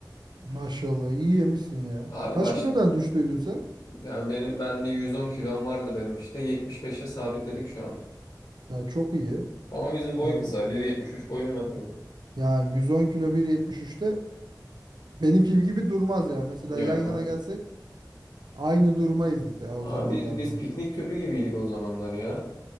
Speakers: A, on the right (about 70°); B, on the left (about 60°).
A: Maşallah iyi yemişsin ya.
B: Abi
A: Kaç
B: baş,
A: kilodan düştüydün sen?
B: ya benim ben bir 110 kilom vardı benim işte 75'e sabitledik şu an.
A: Ya çok iyi.
B: Ama bizim boy
A: Al.
B: kısa 1.73 boyum var benim.
A: Ya 110 kilo 1.73'te Benimki gibi durmaz ya. Mesela
B: Ya
A: yan yana
B: aynen.
A: gelsek aynı durmayızdık ya
B: Abi
A: o zamanlar
B: biz, biz
A: falan.
B: piknik tüpü gibiydik o zamanlar ya.